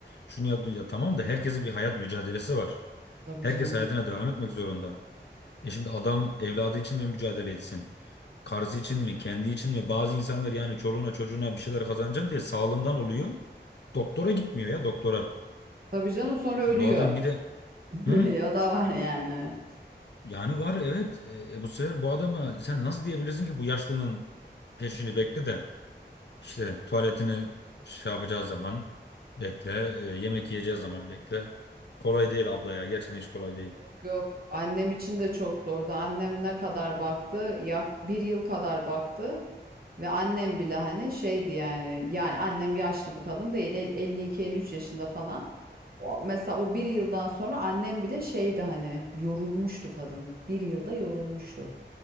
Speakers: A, on the left; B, on the right.
A: Şunu yaptı ya tamam da herkesin bir hayat mücadelesi var.
B: Tabii
A: Herkes
B: canım.
A: hayatına devam etmek zorunda. E şimdi adam evladı için mi mücadele etsin? Karısı için mi, kendi için mi? Bazı insanlar yani çoluğuna çocuğuna bir şeyler kazanacağım diye sağlığından oluyor.
B: Tabii
A: Doktora
B: canım.
A: gitmiyor ya doktora.
B: Tabii canım sonra ölüyor.
A: E, bu adam bir de
B: <laughs>
A: hı?
B: ya da var yani.
A: Yani var evet. E, e, bu sefer bu adama sen nasıl diyebilirsin ki bu yaşlının peşini bekle de işte tuvaletini şey yapacağı zaman bekle, e, yemek yiyeceği zaman bekle. Kolay değil abla ya. Gerçekten hiç kolay değil.
B: Yok yok. Annem için de çok zordu. Annem ne kadar baktı? Yak bir yıl kadar baktı. Ve annem bile hani şeydi yani. Yani annem yaşlı bir kadın değil. el- elli iki, elli üç yaşında falan. O, mesela o bir yıldan sonra annem bile şeydi hani yorulmuştu kadın. Bir yılda yorulmuştu.